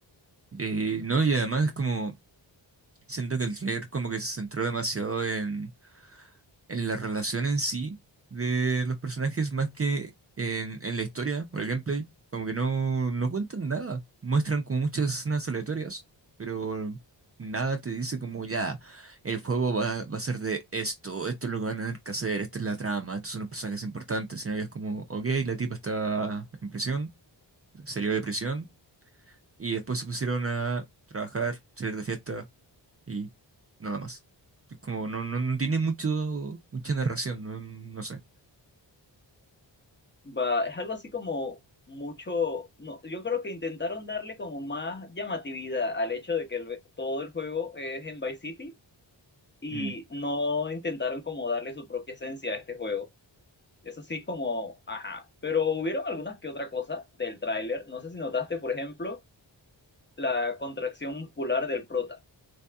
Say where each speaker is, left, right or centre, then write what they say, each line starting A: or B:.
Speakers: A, on the right; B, on the left.
A: Eh, no, y además es como siento que el trailer como que se centró demasiado en en la relación en sí de los personajes más que en, en la historia o el gameplay. Como que no, no cuentan nada. Muestran como muchas escenas aleatorias, pero nada te dice como ya, el juego va, va a ser de esto, esto es lo que van a tener que hacer, esta es la trama, estos son los personajes importantes, sino que es como, ok, la tipa está en prisión, salió de prisión y después se pusieron a trabajar, salir de fiesta y nada más. Es Como no, no, no tiene mucho, mucha narración, no, no sé.
B: Va, es algo así como mucho, no, yo creo que intentaron darle como más llamatividad al hecho de que el- todo el juego es en Vice City y
A: Mm,
B: no intentaron como darle su propia esencia a este juego. Eso sí, como, ajá. Pero hubieron algunas que otra cosa del tráiler. No sé si notaste, por ejemplo, la contracción muscular del prota.